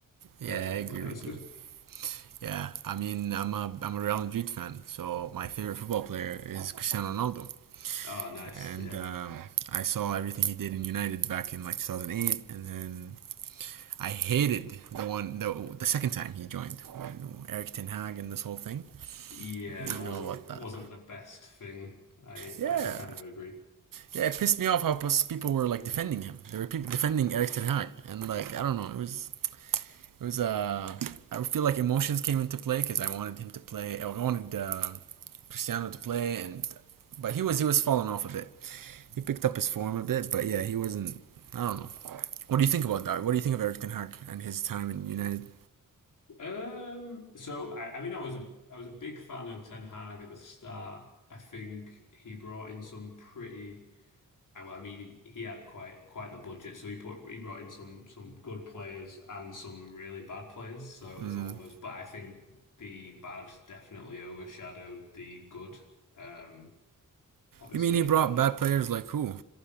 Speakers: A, on the right; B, on the left.
A: Yeah,
B: uh,
A: I agree
B: but no,
A: with
B: it's good.
A: you. Yeah, I mean, I'm a I'm a Real Madrid fan, so my favorite football player is Cristiano Ronaldo,
B: Oh, nice.
A: and
B: Yeah,
A: um, I saw everything he did in United back in like 2008, and then I hated the one the the second time he joined when Eric Ten Hag and this whole thing.
B: yeah.
A: You
B: And it
A: know
B: wasn't
A: about that?
B: wasn't the best thing. I
A: Yeah,
B: I, I kind of agree.
A: yeah. It pissed me off how people were like defending him. They were pe- defending Eric Ten Hag, and like I don't know, it was it was uh I feel like emotions came into play because I wanted him to play. I wanted uh, Cristiano to play, and but he was he was falling off a bit. He picked up his form a bit, but yeah, he wasn't. I don't know. What do you think about that? What do you think of Eric Ten Hag and his time in United?
B: Um, so I, I mean, I was a I was a big fan of Ten Hag at the start. I think he brought in some pretty, I- well, I mean, he had quite quite the budget, so he put he brought in some some good players and some really bad players. So it
A: Mm.
B: was almost, but I think the bad definitely overshadowed the good. Um, obviously,
A: You mean he brought
B: and
A: bad players like who?